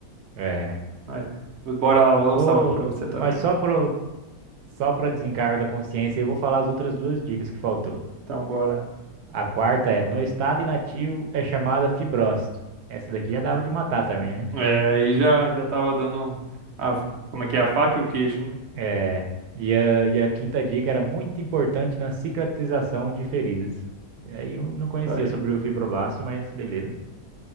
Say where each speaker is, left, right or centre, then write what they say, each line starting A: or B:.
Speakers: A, on the right; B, on the right.
A: É.
B: Vai. Bora lá, vou lançar
A: Vou,
B: um aqui pra você também.
A: mas só pro, só para desencargo da consciência, eu vou falar as outras duas dicas que faltou.
B: Então, bora.
A: A quarta é, no estado inativo é chamada fibrose. Essa daqui já dava de matar também, né?
B: É, aí já, já tava dando a, como é que é a faca e o queijo, né?
A: É. E a, e a quinta dica era muito importante na cicatrização de feridas. E Aí eu não conhecia
B: Tá aí.
A: sobre o fibroblasto, mas beleza.